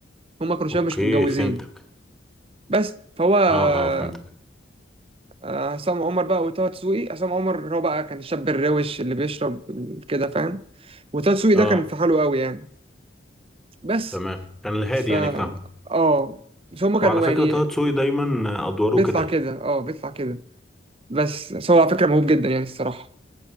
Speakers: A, on the right; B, in the centre.
A: هما كانوا شباب
B: اوكي
A: مش متجوزين
B: فهمتك
A: بس فهو آه
B: اه اه فهمتك
A: آه، عصام عمر بقى وطه دسوقي عصام عمر هو بقى كان الشاب الروش اللي بيشرب كده فاهم وطه دسوقي ده
B: اه
A: كان في حاله قوي يعني بس
B: تمام كان الهادي
A: ف
B: يعني بتاعهم
A: اه بس هما كانوا
B: وعلى فكرة
A: يعني
B: طه دسوقي دايما ادواره
A: بيطلع
B: كده
A: كده اه بيطلع كده بس بس هو على فكرة موهوب جدا يعني الصراحة